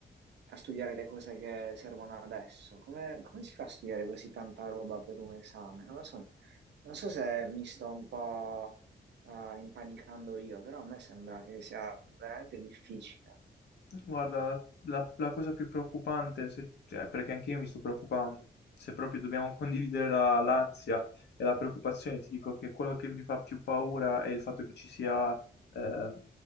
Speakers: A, on the right; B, on the left.
A: a studiare le cose che servono adesso. Come, come si fa a studiare così tanta roba per un esame? Non lo so, non so se mi sto un po' eh, impanicando io, però a me sembra che sia veramente difficile.
B: Guarda, la, la cosa più preoccupante, se- cioè, perché anche io mi sto preoccupando, se proprio dobbiamo condividere la- l'ansia e la preoccupazione, ti dico che quello che mi fa più paura è il fatto che ci sia, ehm,